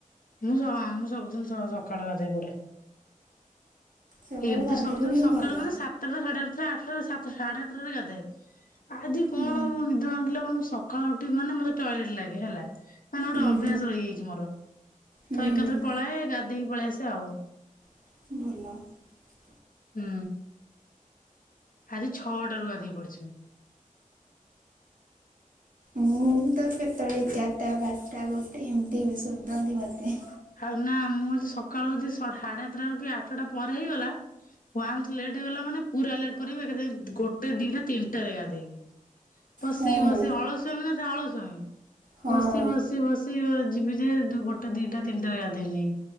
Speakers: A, on the left; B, on the right.
A: ମୁଁ ସ ମୁଁ ସ୍ ସବୁଦିନ ସ ସକାଳୁ ଗାଧେଇ ପଡ଼େ।
B: ସକାଳୁ
A: ଏବେ
B: ଗାଧେଇ
A: ସବୁଦିନ
B: ପଡ଼ିବୁ
A: ସକାଳୁ
B: ଭଲ।
A: ମାନେ ସାତଟା ସାଢେ଼ ଆଠଟା ଆଠଟା ସାତ୍ ତୁ ସାଢେ଼ ସତଟାରେ ଗାଧାଏ ଆଜି କଣ
B: ହୁଁ
A: ନିଦ ଭାଙ୍ଗିଲା ମାନେ ସକାଳ ଉଠି ମାନେ ମତେ ଟାଏଲେଟ ଲାଗେ ହେଲା। ମାନେ ଗୋଟେ
B: ହୁଁ।
A: ଅଭ୍ୟାସ ରହିଯାଇଛି ମୋର
B: ହୁଁ
A: ତ ଏକାଥରେ ପଳାଏ ଗାଧେଇକି ପଳେଇ ଆସ୍ ସେ ଆଉ।
B: <unintelligible>
A: ହୁଁ। ଆଜି ଛଅଟାରୁ ଗାଧେଇ ପଡ଼ିଛନ୍ତି ମୁଁ।
B: ମୁଁ ତ କେତେବେଳେ ଏଗାରଟା ବାରଟା ଗୋଟେ ଏମିତି ସୋଦନ୍ତୀ ମୋତେ।
A: ଆଉ ନା ମୁଁ ଆଜି ସକାଳୁ ସ ସାଢ଼େ ଆଠଟା ରୁ କି ଆଠଟା ପରେ ହେଇଗଲା ୱାନ୍ଥ ଲେଟ୍ ହେଇଗଲା ମାନେ ପୁରା ଲେଟ୍ କରିବ ଏକାଥରେ ଗୋଟେ ଦିଟା ତିନିଟାରେ ଗାଧେଇବି। ତବସି
B: ହଁ
A: ବସି ଅଳସ୍ୱାଆମି ମାନେ ଅଳସ୍ୱାମୀ
B: ହଁ।
A: ବସି ବସି ବସି ୟୁଆଜେ ଯିବି ଯେ ଗୋଟେ ଦିଟା ତିନିଟା ଗାଧେଇନି